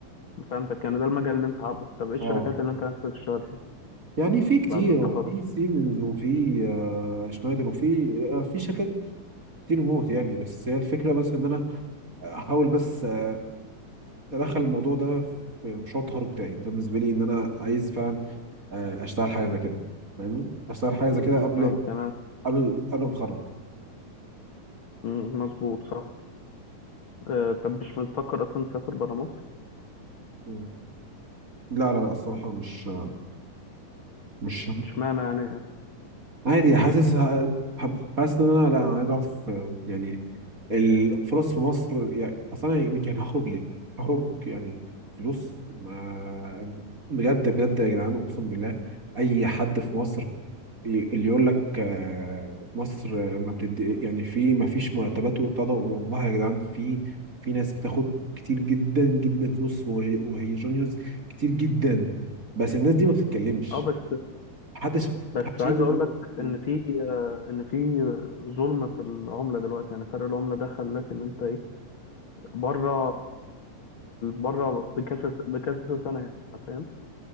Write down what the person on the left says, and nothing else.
فهمتك يعني ده المجال اللي انت حابه طب ايه الشركات
اللي انت عايز تشتغل فيها
بعد التخرج
م-
م،
فاهمك يعني انا
م- مظبوط صح آه طب مش بتفكر اصلا تسافر برا مصر
اشمعنى يعني
اه بس
بس
عايز
اقول
لك
ان في آه، ان في ظلم في العمله دلوقتي يعني فرق العمله ده خلاك ان انت ايه بره بره بكذا بكذا سنه هنا، فاهم